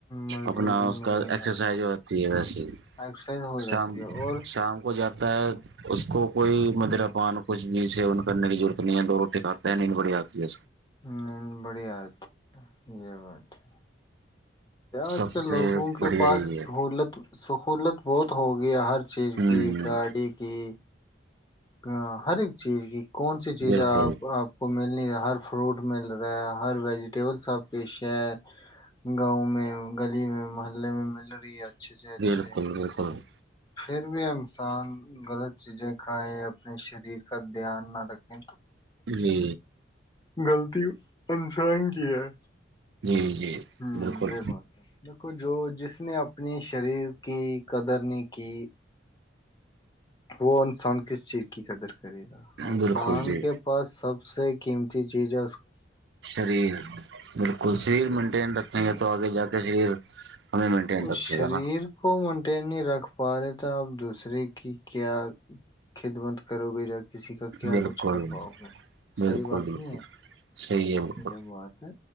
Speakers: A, on the left; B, on the right.
A: مزدوری
B: اپنا اس
A: میں
B: کا
A: نکالتا
B: ایکسرسائز ہوتی ہے ویسیے ہی
A: ایکسرسائز ہو جاتی
B: شام
A: ہے اور
B: شام کو جاتا
A: ہوں،
B: ہے اس کو کوئی مدرا پان کچھ بھی سیون کرنے کی ضرورت نہیں ہے دو روٹی کھاتا ہے نہیں بڑی آتی ہے
A: نیند بڑی آات یہ بات ہے
B: سب
A: آج ک
B: سے
A: لوگوں کے
B: بڑھیا
A: پاس
B: یہی ہے
A: سہولت سہولت بہت ہو گیا ہر چیز
B: ہوں
A: کی گاڑی کی ا ہر ایک چیز کی کون سی چیزیں
B: بالکل
A: آپ آپ کو ملنی ہے ہر فروٹ مل رہا ہر ویجیٹیبل سب کے ش ہے گاؤں میں گلی میں محلے میں مل رہی ہے اچھے سے اچھے
B: بالکل بالکل
A: پھر بھی انسان غلط چیزیں کھائے اپنے شریر کا دھیان نہ رکھے
B: جی
A: غلطی انسان کی ہے
B: جی جی
A: ہوں
B: بالکل
A: یہ بات ہے دیکھو جو جس نے اپنی شریر کی قدر نے کہ وہ انسان کس چیز کی قدر کر کر گا انسان
B: بالکل جی
A: کے پاس سب سے قیمتی چیز ہے
B: شریر بالکل شریر
A: تو
B: مینٹین رکھیں گے تو آگے جا کے شریر ہمیں مینٹین
A: اس
B: رکھے
A: شریر
B: گا نا
A: کو منٹ نہیں رکھ پا رہے تو آپ دوسرے کی کیا خدمت کرو گے ج کہ کسی کا کیا
B: بالکل
A: کچھ کر پاؤ گے
B: بالکل
A: صحیح بات
B: بالکل
A: نہیں ہے
B: صحیح بالکل
A: یہ بات ہے